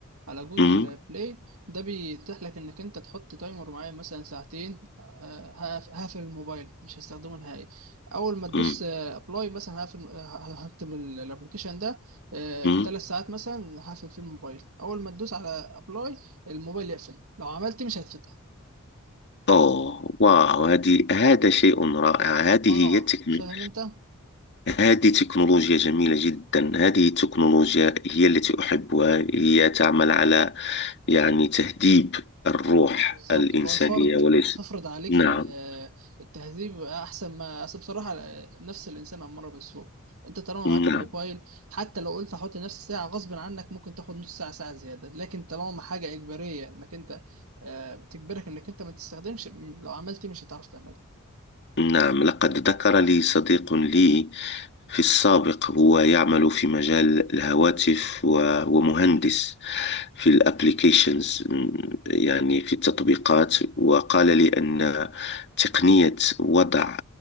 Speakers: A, on the right (about 75°); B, on the left (about 55°).
A: على جوجل
B: مم،
A: بلاي ده بيتيح لك انك انت تحط تايمر معين مثلا ساعتين آه، هقف- هقفل الموبايل مش هستخدمه نهائي اول ما تدوس
B: مم،
A: ابلاي مثلا هقفل آه، ه- هكتب الابلكيشن ده
B: مم.
A: ثلاث ساعات مثلا هقفل فيه الموبايل اول ما تدوس على ابلاي الموبايل يقفل لو عملت مش هتفتح
B: أوه واو هذه هذا شيء رائع هذه
A: اه
B: هي التكنولوجيا
A: فاهم انت
B: هذه تكنولوجيا جميلة جدا هذه التكنولوجيا هي التي أحبها هي تعمل على يعني تهذيب الروح
A: بالظبط
B: الإنسانية
A: اللي هو الفرض
B: وليس
A: هتفرض عليك
B: نعم
A: ال- آه، التهذيب احسن ما اصل بصراحه آه، نفس الانسان اماره بالسوء انت طالما
B: نعم
A: معاك الموبايل حتى لو قلت هحط نفس ساعه غصب عنك ممكن تاخد نص ساعه ساعه زياده لكن طالما حاجه اجباريه انك انت آه، بتجبرك انك انت ما تستخدمش لو عملت إيه مش هتعرف تعملها
B: نعم لقد ذكر لي صديق لي في السابق هو يعمل في مجال الهواتف وهو مهندس في الابليكيشنز يعني في التطبيقات وقال لي أن تقنية وضع